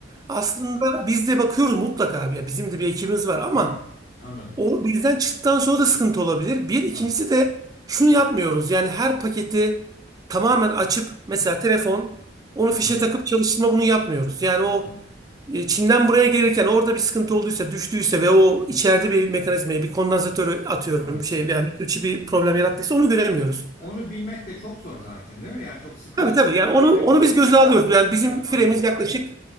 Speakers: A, on the right (about 20°); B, on the left (about 50°).
A: aslında biz de bakıyoruz mutlaka ya bizim de bir ekibimiz var ama
B: Hı hı. Anladım.
A: O birden çıktıktan sonra da sıkıntı olabilir. Bir, ikincisi
B: Doğru.
A: de şunu yapmıyoruz. Yani her paketi tamamen açıp mesela telefon onu
B: Hı hı.
A: fişe takıp çalıştırma bunu yapmıyoruz. Yani
B: Anladım.
A: o e, Çin'den buraya gelirken orada bir sıkıntı olduysa, düştüyse ve o içeride bir mekanizmayı, bir kondansatörü atıyorum
B: Doğru.
A: bir şey veya mikroçip bir problem yarattıysa onu göremiyoruz.
B: Onu bilmek de çok zor zaten değil mi? Yani çok sıkı
A: Tabii tabii yani onu
B: şeyler
A: onu
B: analiz
A: biz göze alıyoruz.
B: gerekiyor.
A: Yani bizim
B: Ha, Anladım.
A: firemiz yaklaşık